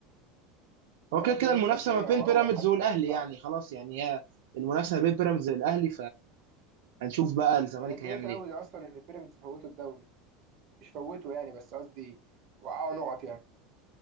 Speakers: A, on the right; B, on the right.
A: هو
B: يا
A: كده
B: رب
A: كده
B: يوصل
A: المنافسه
B: تاني
A: ما بين
B: او
A: بيراميدز
B: اول حتى
A: والاهلي
B: بس
A: يعني
B: صعب
A: خلاص يعني هي المنافسه ما بين بيراميدز والاهلي فهنشوف بقى الزمالك
B: انا اتضايقت
A: هيعمل
B: قوي
A: ايه
B: اصلا ان بيراميدز فوتوا الدوري مش فوتوا يعني بس قصدي وقعوا نقط يعني